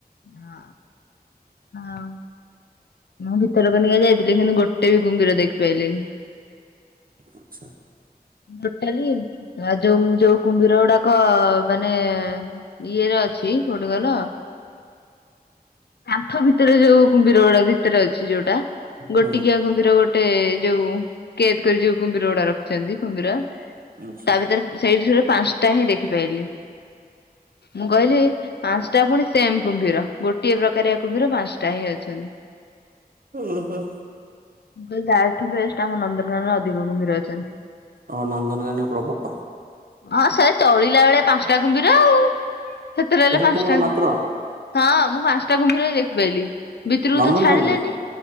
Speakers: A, on the left; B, on the right.
A: ହଁ ଆଉ ମୁଁ ଭିତରକନିକା ଯାଇଥିଲି କିନ୍ତୁ ଗୋଟେ ବି କୁମ୍ଭୀର ଦେଖିପାରଲିନି।
B: ଆଚ୍ଛା
A: ଟୋଟାଲି ଆଉ ଯୋଉ ଯୋଉ କୁମ୍ଭୀର ଗୁଡାକ ମାନେ ଇଏ ର। ଅଛି କୋଉଠି କହିଲ କାନ୍ଥ ଭିତରେ ଯୋଉ କୁମ୍ଭୀର ଗୁଡା ଭିତରେ ଅଛି ଯୋଉ - ଗୋଟିକିଆ
B: ହୁଁ
A: କୁମ୍ଭୀର ଗୋଟେ ଯୋଉ କେଦ କରି ଯୋଉ କୁମ୍ଭୀର ଗୁଡା ରଖିଛନ୍ତି। କୁମ୍ଭୀର
B: ଆଚ୍ଛା।
A: ତା ଭିତରେ ସେଇଠିରେ ପାଞ୍ଚଟା ହିଁ ଦେଖିପାରିଲିି। ମୁଁ କହିଲି ପାଞ୍ଚଟା ପୁଣି ସେମ୍ କୁମ୍ଭୀର। ଗୋଟିଏ ପ୍ରକାରିଆ କୁମ୍ଭୀର ପାଞ୍ଚଟା ହିଁ ଅଛନ୍ତି।
B: ହୁଁ ହୁଁ।
A: ମୁଁ କହିଲି ତାଠୁ ବେଷ୍ଟ ଆମ ନନ୍ଦନକାନରେ ଅଧିକ କୁମ୍ଭୀର ଅଛନ୍ତି।
B: ଆଉ ନନ୍ଦନକାନନରେ ପ୍ରବଳ।
A: ହଁ ସେ ଚଳିଲା ବେଳେ ପାଞ୍ଚଟା କୁମ୍ଭୀର ଆଉ ସେଥିରେ ହେଲେ ପାଞ୍ଚଟା।
B: କୁମ୍ଭୀର ମାତ୍ର
A: ହଁ ମୁଁ ପାଞ୍ଚଟା କୁମ୍ଭୀର ବି ଦେଖିପାରଲିି ଭିତରକୁ
B: ନନ୍ଦନକାନନ
A: ତ ଛାଡିଲେନି।